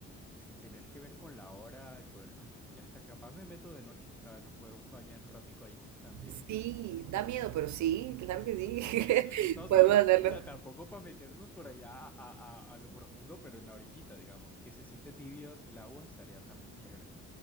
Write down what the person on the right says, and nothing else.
Sí, da miedo, pero sí, claro que sí.
<laughs>
Podemos hacerlo.